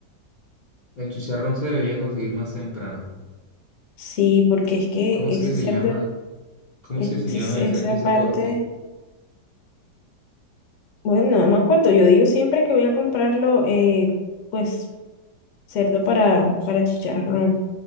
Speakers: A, on the left (about 75°); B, on the left (about 55°).
A: El chicharrón se debería conseguir más temprano.
B: Sí, porque es que
A: ¿Cómo
B: ese
A: es que se
B: cerdo,
A: llama? ¿Cómo
B: ese
A: es que se llama
B: es- esa
A: ese, ese
B: parte,
A: corte?
B: bueno, no me acuerdo, yo digo siempre que voy a comprarlo, eh, pues cerdo para, para chicharrón.